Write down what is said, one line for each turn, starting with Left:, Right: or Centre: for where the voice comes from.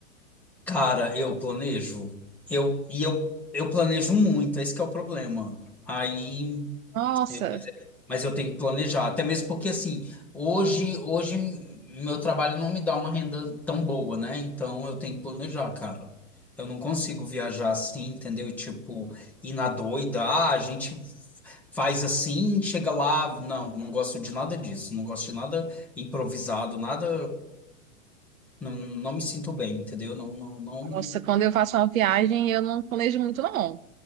Centre: Cara, eu planejo. Eu, e eu, eu planejo muito, esse que é o problema. Aí,
Right: Nossa,
Centre: é, mas eu tenho que planejar, até mesmo porque assim, hoje, hoje meu trabalho não me dá uma renda tão boa, né? Então eu tenho que planejar, cara. Eu não consigo viajar assim, entendeu? Tipo, ir na doida, ah, a gente faz assim, chega lá, não, não gosto de nada disso, não gosto de nada improvisado, nada, não, não me sinto bem, entendeu? Não, não, não.
Right: nossa, quando eu faço uma viagem, eu não planejo muito, não.